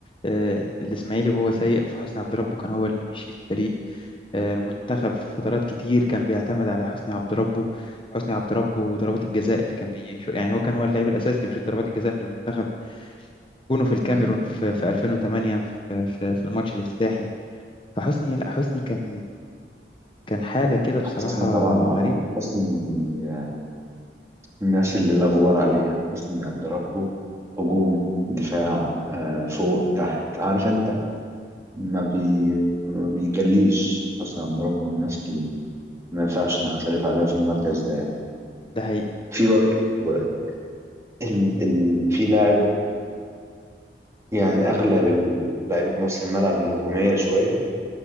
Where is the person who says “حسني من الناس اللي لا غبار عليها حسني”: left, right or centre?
Right